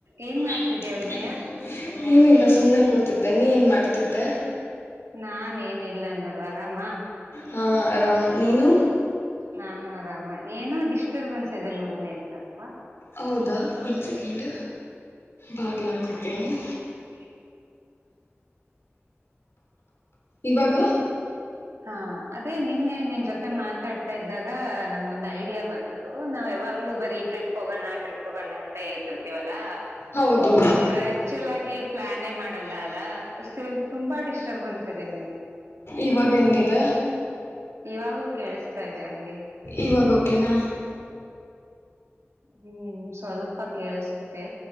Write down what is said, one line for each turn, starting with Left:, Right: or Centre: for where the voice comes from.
Right: ಏನ್ ಮಾಡ್ತಿದ್ಯಾ
Left: <inaudible>
Right: ವಿನಯ
Left: ಏನಿಲ್ಲ ಸುಮ್ಮನೆ ಕೂತಿದ್ದೆ ನೀ ಏನ್ ಮಾಡ್ತಿದ್ದೆ.
Right: ನಾನ್ ಏನಿಲ್ಲ ನೋಡ್ ಆರಾಮ.
Left: ಹಾ ಆರಾಮ್ ನೀನು.
Right: ನಾನು ಆರಾಮ ಏನೋ ಡಿಸ್ಟರ್ಬೆನ್ಸ್ ಇದೆ ನೋಡ ನಿನ್ <unintelligible>
Left: ಹೌದಾ ಒಂದು ಸೆಕೆಂಡ್ ಬಾಗಲಾಕೋತೀನಿ
Right: ಹ್ಮ
Left: ಇವಾಗ
Right: ಹಾ ಅದೇ ನಿನ್ನೆ ನಿನ್ ಜೊತೆ ಮಾತಾಡ್ತಾ ಇದ್ದಾಗ ನಂಗ ಒಂದ್ ಐ ಡಿಯಾ ಬಂತು ನಾವ್ ಯಾವಾಗಲೂ ಬರೀ ಈ ಟ್ರಿಪ್ ಹೋಗೋಣ ಆ ಟ್ರಿಪ್ ಹೋಗೋಣ ಅಂತ ಹೇಳ್ತಿಲ್ತೀವಲ್ಲಾ
Left: ಹೌದು
Right: ಒಟ್ಟು ಆಕ್ಚುಲ್ ಆಗಿ ಪ್ಲಾನೇ ಮಾಡಲ್ಲ ಅಲ್ಲ ತುಂಬಾ ಡಿಸ್ಟರ್ಬ್ ಅನ್ಸ್ ಇದೆ ನಿನ್ಗೆ
Left: ಇವಾಗ ಹೆಂಗಿದೆ
Right: ಇವಾಗೂ ಕೇಳಿಸತಾ ಇದೆ ಹಂಗೆ
Left: ಇವಾಗೋಕೆನಾ
Right: ಹ್ಮ್ ಸ್ವಲ್ಪ ಕೇಳಸುತ್ತೆ